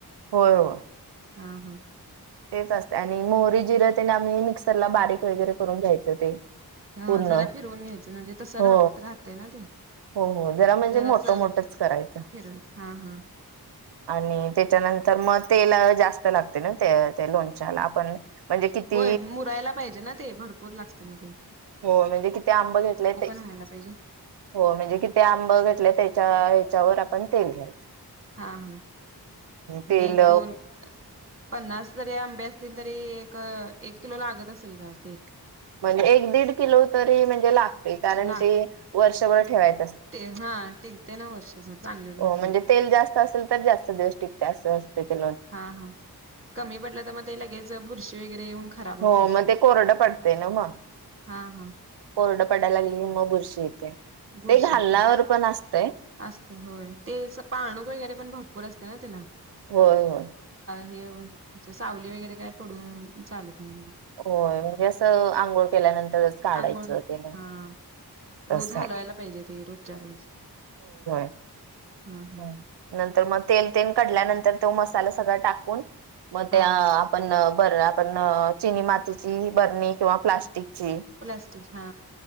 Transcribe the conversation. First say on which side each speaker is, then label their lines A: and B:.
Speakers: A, on the right; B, on the right.
A: होय वा
B: हा हा
A: तेच असते आणि मोहरी जिर आम्ही मिक्स त्याला बारीक वगैरे करून घ्यायचं ते
B: ह
A: पूर्ण
B: जरा फिरवून घ्यायचं म्हणजे तसं
A: हो
B: राह राहतय ना ते
A: हो हो जला म्हणजे
B: जरा
A: मोठ
B: चवेत
A: मोठंच करायचं
B: फिरवायच हा हा
A: आणि त्याच्यानंतर मग तेल जास्त लागते ना ते लोणच्याला आपण म्हणजे किती
B: होय मुरायला पाहिजे ना ते भरपूर लागत तममध्ये <unintelligible>
A: हो म्हणजे किती आंब घेतले ते
B: व्हायला पाहिजे
A: हो म्हणजे किती आंब घेतले त्याच्या त्याच्यावर आपण तेल घ्यायच
B: हा हा म्हणजे
A: तेल
B: एक दोन पन्नास जरी आंबे असतील तरी अ एक किलो लागत असेल का ते
A: म्हणजे एक दीड किलो तरी म्हणजे लागते कारण
B: लागत
A: ते वर्ष वर् ह <unintelligible>
B: ते हा टिकते ना वर्षभर चांगले घातले
A: म्हणजे तेल जास्त असेल तर जास्त दिवस अस असते ते
B: हा हा कमी पडलं तर मग ते लगेच बुरशी वगैरे येऊन खराब होत
A: मगड
B: तसं
A: येनमा
B: हा हा
A: कोरड पडलली हि म बुर्शीी ेते
B: बुरशी
A: ते घालण्यावर
B: येत्या
A: पण असत
B: असते होय ते पाणूक वगैरे पण भरपूर असते ना तिला
A: होय होय
B: हे सावली वगैरे काय पडून चालत नाही
A: होय म्हणजे असं आंघोळ केल्यानंतरच काढायचं
B: आंघोळ
A: ते
B: हा
A: तसं
B: रोज हलवायला
A: आहे
B: पाहिजे ते रोजच्या रोज
A: ह <inaudible>
B: हा हा
A: हम् <unintelligible> तर मग, तेल तेन कढल्यानंतर तो मसाला सगळं टाकून मग
B: हा
A: त्या आपण बर आपण चिनी मातीची बरणी किंवा प्लास्टिक ची
B: प्लास्टिक हा